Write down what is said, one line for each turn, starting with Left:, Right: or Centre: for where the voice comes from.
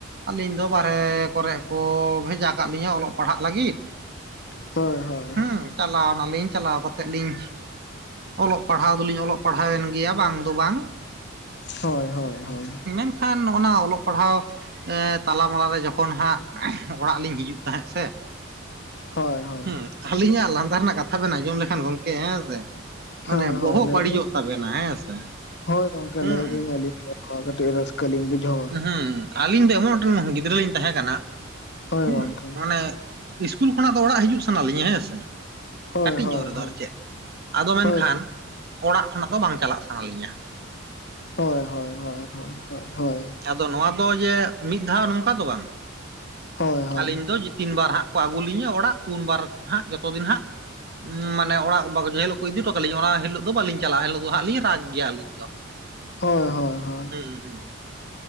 Right: ᱟᱹᱞᱤᱧ ᱫᱚ ᱵᱟᱨᱦᱮ ᱠᱚᱨᱮᱜ ᱠᱚ ᱵᱷᱮᱡᱟ ᱠᱟᱜ ᱞᱤᱧᱟ ᱚᱞᱚᱜ ᱯᱟᱲᱦᱟᱜ ᱞᱟᱹᱜᱤᱫ᱾
Left: ᱦᱳᱭ ᱦᱳᱭ ᱦᱳᱭ᱾
Right: ᱦᱮᱸ ᱪᱟᱞᱟᱣ ᱱᱟᱞᱤᱧ ᱪᱟᱞᱟᱣ ᱠᱟᱛᱮᱫ ᱞᱤᱧ ᱚᱞᱚᱜ ᱯᱟᱲᱦᱟᱣ ᱫᱚᱞᱤᱧ ᱚᱞᱚᱜ ᱯᱟᱲᱦᱟᱣᱮᱱ ᱜᱮᱭᱟ ᱵᱟᱝ ᱫᱚ ᱵᱟᱝ᱾
Left: ᱦᱳᱭ ᱦᱳᱭ ᱦᱳᱭ᱾
Right: ᱢᱮᱱᱠᱷᱟᱱ ᱱᱚᱜ-ᱚ ᱱᱟ ᱚᱞᱚᱜ ᱯᱟᱲᱦᱟᱣ ᱮᱸ ᱛᱟᱞᱟ ᱢᱟᱞᱟ ᱨᱮ ᱡᱚᱠᱷᱚᱱ ᱦᱟᱸᱜ ᱚᱲᱟᱜ ᱞᱤᱧ ᱦᱤᱡᱩᱜ ᱛᱟᱦᱮᱸᱫ ᱥᱮ
Left: ᱦᱳᱭ ᱦᱳᱭ
Right: ᱦᱮᱸ᱾ ᱟᱹᱞᱤᱧᱟᱜ ᱞᱟᱸᱫᱟ ᱨᱮᱱᱟᱜ ᱠᱟᱛᱷᱟ ᱵᱮᱱ ᱟᱸᱡᱚᱢ ᱞᱮᱠᱷᱟᱱ ᱜᱚᱢᱠᱮ ᱦᱮᱸ ᱥᱮ᱾ ᱢᱟᱱᱮ
Left: ᱦᱳᱭ
Right: ᱵᱚᱦᱚᱜ
Left: ᱦᱳᱭ ᱞᱟᱹᱭ
Right: ᱵᱟᱹᱲᱤᱡᱚᱜ
Left: ᱵᱤᱱ
Right: ᱛᱟᱵᱮᱱᱟ ᱦᱮᱸ ᱥᱮ᱾
Left: ᱦᱳᱭ ᱜᱚᱝᱠᱮ
Right: ᱦᱮᱸ
Left: ᱞᱟᱹᱭ <unintelligible> ᱵᱩᱡᱷᱟᱹᱣᱟ
Right: ᱦᱩᱸ ᱦᱩᱸ ᱟᱹᱞᱤᱧ ᱫᱚ ᱮᱢᱚᱱ ᱢᱮᱫᱴᱮᱱ ᱜᱤᱫᱽᱨᱟᱹ ᱞᱤᱧ ᱛᱟᱦᱮᱸ ᱠᱟᱱᱟ᱾
Left: ᱦᱳᱭ
Right: ᱦᱩᱸ᱾
Left: ᱜᱚᱝᱠᱮ
Right: ᱢᱟᱱᱮ ᱤᱥᱠᱩᱞ ᱠᱷᱚᱱᱟᱜ ᱫᱚ ᱚᱲᱟᱜ ᱦᱤᱡᱩᱜ ᱥᱟᱱᱟ ᱞᱤᱧᱟ ᱦᱮᱸᱥᱮ᱾
Left: ᱦᱳᱭ
Right: ᱠᱟᱹᱴᱤᱡ
Left: ᱦᱳᱭ
Right: ᱧᱚᱜ ᱨᱮᱫᱚ
Left: ᱦᱳᱭ
Right: ᱟᱨ ᱪᱮᱫ᱾ ᱟᱫᱚ ᱢᱮᱱᱠᱷᱟᱱ
Left: ᱦᱳᱭ
Right: ᱚᱲᱟᱜ ᱠᱷᱚᱱᱟᱜ ᱫᱚ ᱵᱟᱝ ᱪᱟᱞᱟᱜ ᱥᱟᱱᱟᱞᱤᱧᱟ᱾
Left: ᱦᱳᱭ ᱦᱳᱭ ᱦᱳᱭ ᱦᱳᱭ ᱦᱳᱭ ᱦᱳᱭ ᱦᱳᱭ᱾
Right: ᱟᱫᱚ ᱱᱚᱣᱟ ᱫᱚ ᱡᱮ ᱢᱤᱫ ᱫᱷᱟᱣ ᱱᱚᱝᱠᱟ ᱫᱚ ᱵᱟᱝ
Left: ᱦᱳᱭ ᱦᱳᱭ ᱦᱳᱭ
Right: ᱟᱹᱞᱤᱧ ᱫᱚ ᱡᱮ ᱛᱤᱱ ᱵᱟᱨ ᱦᱟᱸᱜ᱾ ᱠᱚ ᱟᱹᱜᱩ ᱞᱤᱧᱟᱹ ᱚᱲᱟᱜ᱾ ᱩᱱ ᱵᱟᱨ ᱦᱟᱸᱜ ᱡᱚᱛᱚ ᱫᱤᱱ ᱦᱟᱸᱜ ᱩᱸ ᱢᱟᱱᱮ ᱚᱲᱟᱜ ᱵᱟᱠᱚ ᱡᱮ ᱦᱤᱞᱳᱜ ᱠᱚ ᱤᱫᱤ ᱦᱴᱚ ᱠᱟᱞᱤᱧᱟ ᱚᱱᱟ ᱦᱤᱞᱳᱜ ᱫᱚ ᱵᱟᱹᱞᱤᱧ ᱪᱟᱞᱟᱜᱼᱟ, ᱮᱱ ᱦᱤᱞᱳᱜ ᱫᱚ ᱦᱟᱸᱜ ᱞᱤᱧ ᱨᱟᱜ ᱜᱮᱭᱟ ᱟᱹᱞᱤᱧ ᱫᱚ᱾
Left: ᱦᱳᱭ ᱦᱳᱭ ᱦᱳᱭ᱾
Right: ᱦᱩᱸ ᱦᱩᱸ᱾